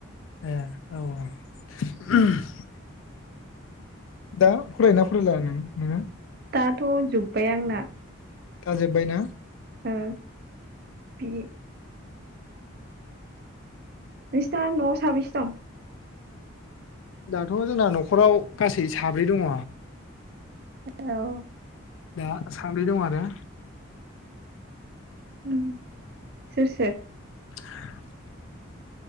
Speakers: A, on the left (about 70°); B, on the right (about 45°).
A: ए औ औ
B: उम
A: <inaudible> दा फरायो ना फरायला नों नोङो
B: दाथ जोब्बाय आंना
A: थाजोब्बायना
B: ओ बि नोंसिना नवाव साबैसे दं?
A: दाथ जोंना नखराव गासै साब्रै दङ।
B: औ
A: दा सांब्रै दङो आरो
B: उम सोर सोर
A: <inaudible>